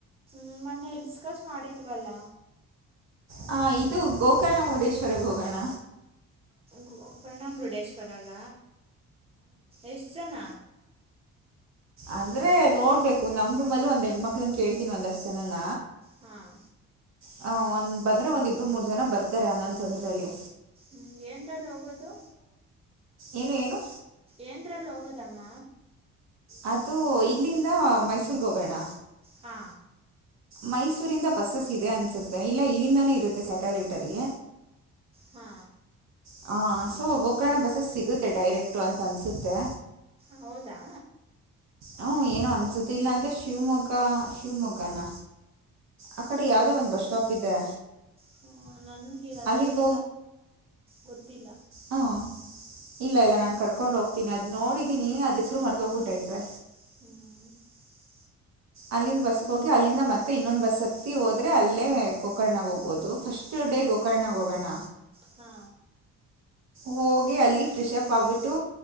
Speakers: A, on the right; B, on the right.
A: ಹ್ಮ್ ಮೊನ್ನೆ ಡಿಸ್ಕಸ್ ಮಾಡಿದ್ವಲ್ಲ?
B: ಹಾಂ ಇದು ಗೋಕರ್ಣ ಮುರ್ಡೇಶ್ವರಗೋಗಣ.
A: ಗೋಕರ್ಣ ಮುರ್ಡೇಶ್ವರಾಗ? ಎಷ್ಟ್ ಜನ?
B: ಅಂದ್ರೆ ನೋಡ್ಬೇಕು ನಮ್ ರೂಮಲ್ಲೂ ಒಂದ್ ಹೆಣ್ಮಕ್ಳನ್ ಕೇಳ್ತೀನಿ ಒಂದಷ್ಟ್ ಜನಾನ
A: ಹಾಂ
B: ಹಾಂ ಒಂದ್ ಬಂದ್ರೆ ಒಂದ್ ಇಬ್ರು ಮೂರ್ ಜನ ಬರ್ತಾರೆ ಹನ್ನೊಂದ್ ಜನ್ರಲ್ಲಿ
A: ಹ್ಮ್ ಏನ್ದ್ರಲ್ ಹೋಗೋದು?
B: ಏನು ಏನು?
A: ಏಂದ್ರಲ್ಲಿ ಲೋಗೋದಮ್ಮ
B: ಅದುೂ ಇಲ್ಲಿಂದ ಮೈಸೂರ್ಗೆ ಹೋಗೋಣ
A: ಹಾ
B: ಮೈಸೂರಿಂದ ಬಸ್ಸಸ್ ಇದೆ ಅನ್ಸುತ್ತೆ ಇಲ್ಲ ಇಲ್ಲಿಂದಾನೇ ಇರುತ್ತೆ ಸ್ಯಾಟಲೈಟ್ ಅಲ್ಲಿ
A: ಹಾ
B: ಹ ಸೊ ಗೋಕರ್ಣ ಬಸ್ಸಸ್ ಸಿಗುತ್ತೆ ಡೈರೆಕ್ಟ್ ಅಂತ ಅನ್ಸುತ್ತೆ
A: ಹೌದಾ
B: ಹ ಏನು ಅನ್ಸತಿಲ್ಲ ಅಂದ್ರೆ ಶಿವಮೊಗ್ಗ ಶಿವಮೊಗ್ಗನ ಆ ಕಡೆ ಯಾವ್ದೋ ಒಂದ್ ಬಸ್ ಸ್ಟಾಪ್ ಇದೆ
A: ಹ ನನಗೆ ಹಸೈಡ್
B: ಅಲ್ಲಿಗೆ
A: ಗೊತ್ತಿಲ್ಲ
B: ಹ್ಮ ಇಲ್ಲ ಇಲ್ಲ ನಾನನ್ ಕರ್ಕೊಂಡ್ ಹೋಗ್ತೀನಿ ಅದ್ ನೋಡಿದೀನಿ ಅದ್ ಹೆಸರು ಮರ್ತಿಗ್ಬಿಟ್ ಐತೆ
A: ಹ್ಮ್
B: ಅಲ್ಲಿಂದ ಬಸ್ಗೆ ಹೋಗಿ ಅಲ್ಲಿಂದ ಮತ್ತೆ ಇನ್ನೊಂದ ಬಸ್ ಹತ್ತಿ ಹೋದ್ರೆ ಅಲ್ಲೇ ಗೋಕರ್ಣಗ್ ಹೋಗ್ಬೋದು ಫಸ್ಟ್ ಡೇ ಗೋಕರ್ಣ ಹೋಗೋಣ
A: ಹಾ
B: ಹೋಗಿ ಅಲ್ಲಿ ಫ್ರೆಶ್ ಅಪ್ ಆಗ್ಬಿಟ್ಟು